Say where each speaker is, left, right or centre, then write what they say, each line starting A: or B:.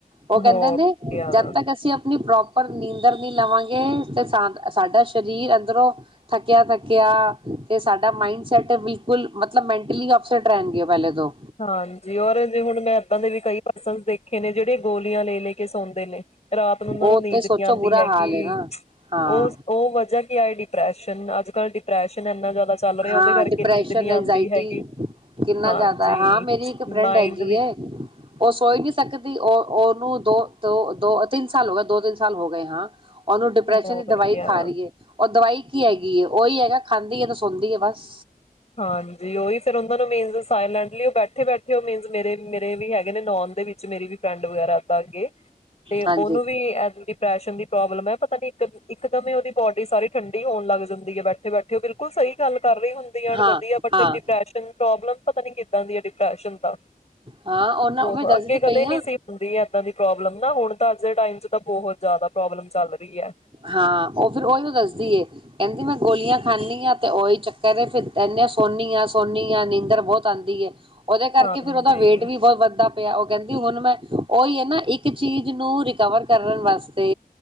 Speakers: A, on the right (about 35°); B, on the left (about 45°).
A: ਉਹ
B: ਹੋਰ
A: ਕਹਿੰਦੇ ਨੇ ਜਦ
B: ਕਿਆ
A: ਤੱਕ ਅਸੀਂ ਆਪਣੀ ਪ੍ਰੋਬ ਪਰ ਨੀਂਦਰ ਨੀ ਲਵਾਂਗੇ ਤੇ ਸਾ ਸਾਡਾ ਸਰੀਰ ਅੰਦਰੋਂ ਥੱਕਿਆ ਥੱਕਿਆ ਅਤੇ ਸਾਡਾ ਮਾਈੰਡਸੈੱਟ ਬਿਲਕੁਲ ਮਤਲਬ ਮੈਂਟਲੀ ਅਪਸੈਟ ਰਹਿਣਗੇ। ਪਹਿਲੇ ਤੋਂ
B: ਹਾਂਜੀ ਔਰ ਜੇ ਹੁਣ ਮੈਂ ਐਦਾਂ ਦੇ ਵੀ ਕਈ ਪਰਸਨ ਦੇਖੇ ਨੇ ਜਿਹ ਗੋਲੀਆਂ ਲੇ ਲੇ ਕੇ ਸੌਂਦੇ ਨੇ, ਰਾਤ ਨੂੰ ਉਹਨਾਂ
A: ਉਹ
B: ਨੂੰ ਨੀਂਦ
A: ਤੇ ਸੋਚੋ
B: ਨੀ ਆਉਂਦੀ
A: ਬੁਰਾ
B: ਹੈਗੀ
A: ਹਾਲ ਹੈ ਨਾ ਹਾਂ
B: ਉਹ ਉਹ ਵਜ੍ਹਾ ਕੀ ਹੈ, ਡਿਪਰੈਸ਼ਨ ਡਿਪੈਸ਼ਨ ਅੱਜ ਕੱਲ੍ਹ ਡਿਪਰੈਸ਼ਨ ਇੰਨਾ ਜ਼ਿਆਦਾ ਚੱਲ ਰਿਹਾ
A: ਹਾਂ
B: ਉਹਦੇ ਕਰਕੇ
A: ਡਿਪਰੈਸ਼ਨ
B: ਨੀਂਦ ਨੀ ਆਉਂਦੀ
A: ਐੰਜਾਇਟੀ
B: ਹੈਗੀ
A: ਕਿੰਨਾ
B: ਹਾਂਜੀ
A: ਜ਼ਿਆਦਾ ਹਾਂ ਮੇਰੀ ਇੱਕ ਫਰੈਂਡ
B: ਮਾਇੰਡ
A: ਹੈਗੀ
B: ਵਿੱਚ
A: ਐ, ਉਹ ਸੋਈ ਨੀ ਸਕਦੀ ਉਹ ਉਹਨੂੰ ਦੋ ਦੋ ਦੋ ਤਿੰਨ ਸਾਲ ਹੋ ਗਏ ਦੋ ਤਿੰਨ ਸਾਲ ਹੋ ਗਏ ਹਾਂ। ਉਹਨੂੰ ਡਿਪਰੈਸ਼ਨ
B: ਹੋਰ
A: ਦੀ ਦਵਾਈ
B: ਗਿਆ
A: ਖਾ ਰਹੀਏ ਉਹ ਦਵਾਈ ਕੀ ਹੈ ਗੀ ਉਹੀ ਹੈਗਾ ਖਾਂਦੀ ਏ ਤੇ ਹੋਦੀ ਐ ਬਸ,
B: ਹਾਂਜੀ ਉਹੀ ਫਿਰ ਹੁਣ ਮੀਨਸ ਸਾਇਲੈਂਟਲੀ ਉਹ ਬੈਠੇ ਬੈਠੇ ਉਹ ਮੀਨਸ ਮੇਰੇ ਮੇਰੇ ਦੇ ਵੀ ਹੈਗੇ ਨੇ ਨੌਨ ਦੇ ਵਿੱਚ ਮੇਰੀ ਵੀ ਫਰੈਂਡ ਵਗੈਰਾ ਵਾ ਗੇ ਤੇ
A: ਹਾਂਜੀ
B: ਉਹਨੂੰ ਵੀ ਡਿਪਰੈਸ਼ਨ ਦੀ ਪ੍ਰੋਬਲਮ ਹੈ ਪਤਾ ਨੀ ਇੱਕ, ਇਕ ਦਮ ਉਹਦੀ ਬੋਡੀ ਸਾਰੀ ਠੰਢਡੀ ਹੋਣ ਲੱਗ ਜਾਂਦੀ ਹੈ ਬੈਠੇ ਬੈਠੇ ਉਹ ਬਿਲਕੁਲ ਸਹੀ ਗੱਲ ਕਰ ਰਹੀ ਵਧੀ <unintelligible>
A: ਹਾਂ
B: ਵਧੀਆ ਬਟ
A: ਹਾਂ
B: ਡਿਪਰੈਸ਼ਨ ਪ੍ਰੋਬਲਮ ਪਤਾ ਨੀ ਕਿੱਦਾਂ ਦੀ ਹੈ। ਪ੍ਰਸ਼ਨ ਦਾ,
A: ਹਾਂ ਉਹਨਾਂ
B: ਹੋ
A: ਮੈਂ
B: ਹ
A: ਦੱਸਦੀ
B: ਅੱਗੇ
A: ਤੇ
B: ਕਦੇ
A: ਪਈ
B: ਨਹੀਂ
A: ਹਾਂ
B: ਸੀ ਹੁੰਦੀ ਏਦਾਂ ਦੀ ਪ੍ਰੋਬਲਮ, ਨਾ ਹੁਣ ਤਾਂ, ਅੱਜ ਦੇ ਟਾਈਮ ਚ ਤਾਂ ਬਹੁਤ ਜ਼ਿਆਦਾ ਪ੍ਰੋਬਲਮ ਚੱਲ ਰਹੀ ਹੈ।
A: ਹਾਂ, ਉਹ ਫਿਰ ਉਓਹੀ ਦੱਸਦੀ ਹੇ ਕਹਿੰਦੀ, ਮੈਂ ਗੋਲੀਆਂ ਖਾਂਨੀ ਹਾਂ ਤੇ ਉਓਹੀ ਚੱਕਰ ਹੇ ਫਿਰ ਇਨੇ ਸੋਨੀ ਆ ਸੋਨੀ ਆ ਨੀਂਦਰ ਬਹੁਤ ਆਉਂਦੀ ਹੇ। ਉਹਦੇ ਕਰਕੇ
B: ਹਾਂਜੀ
A: ਫਿਰ ਉਹਦਾ ਵੇਟ ਵੀ ਬਹੁਤ ਵੱਧਦਾ ਪਿਆ ਹੈ। ਉਹ ਕਹਿੰਦੀ ਹੁਣ ਮੈਂ ਉਹੀ ਹੈ ਨਾ, ਇੱਕ ਚੀਜ਼ ਨੂੰ ਰਿਕਵਰ ਕਰਨ ਵਾਸਤੇ